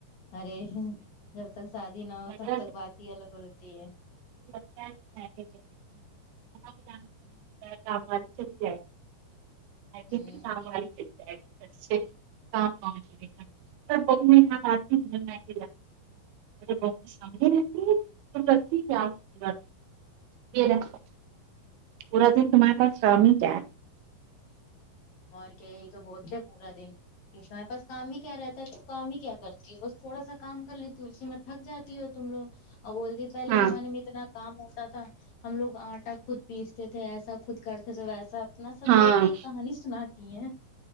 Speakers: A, on the left (about 50°); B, on the right (about 75°).
A: ارے جب تک شادی نہ ہو
B: مگر
A: تب تک بات ہی الگ ہوتی ہے
B: چ جائےی <unintelligible> سامو
A: ہ
B: چ <unintelligible> <unintelligible> بہت سمگتی توتی وپ کرور <unintelligible> یہ رکہو پورا دن تمہارے پاس کام ہی کیا ہے
A: اور کیا یہ تو بول تے ہے پورا دن کے تمرارے پاس کام ہی کیا رہتا ہے تو کام ہی کیا کرتی ہے بس تھوڑا سا کام کر لیتی ہوں اس میں تھک جاتی ہو تم لوگ اور بولتی پہلے
B: ہاں
A: زمانے میں اتنا کام ہوتا تھا ہم لوگ آٹا خود پیستے تھے ایسا خود کرتے تھے ویسا اپنا سب
B: ہاں
A: ایک ایک کہانی سناتی ہیں